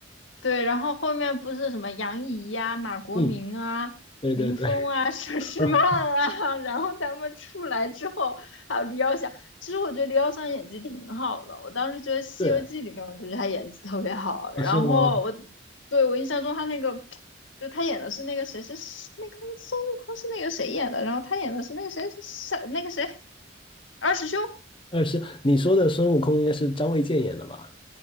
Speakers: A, on the left; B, on the left.
A: 对，然后后面不是什么杨怡呀、马国明啊、
B: 嗯，对对对，
A: 林峰啊、<laughs> 佘诗曼啊，
B: <laughs> 啊，
A: 然后他们出来之后，还有李耀祥。其实我觉得李耀祥演技挺好的，我当时觉得《西游记》里面，
B: 是
A: 我觉得他演技特别好。
B: 啊，
A: 然后我
B: 是吗？
A: 对我印象中他那个，就他演的是那个谁是那个那个孙悟空是那个谁演的，然后他演的是那个谁是是那个谁二师兄，
B: 二是你说的孙悟空应该是张卫健演的吧？